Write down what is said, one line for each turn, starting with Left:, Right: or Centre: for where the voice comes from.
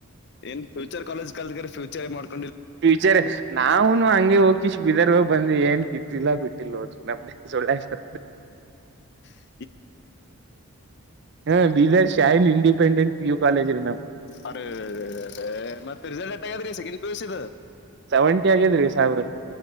Left: ಏನ್ ಫೂಚರ್ ಕಾಲೇಜ್ ಕಲ್ದ್ರ ಫ್ಯೂಚರ್ ಏ ಮಾಡ್ತ
Right: ಫ್ಯೂಚರ್ ನಾವುನು ಹಂಗೆ ಹೋಗಿ ಬಿದರ್ ಬಂದು ಏನ್ ಕಿತ್ತಿಲ್ಲಾ ಬಿಟ್ಟಿಲ್ ಹೋದ್ರ ನ ಸಳ್ಳೆಾರ
Left: ಹ
Right: ಹಾ ಬೀದರ್ ಶಹನ್ ಇಂಡಪೆಂಡೆಂಟ್ ಪಿ ಯು ಕೇಜ ನ
Left: ಅರಿ ಅದ ಮತ್ತತ್ ರಿಸಲ್ಟ್ ಎತ್ತಗಾದ್ರೀ ಸೆಕೆಂಡ್ ಪಸ್ ಇ
Right: ಸವೆಂಟಿ ಆಗಿದ್ರಿ ಸಾಹೆಬ್ರೆ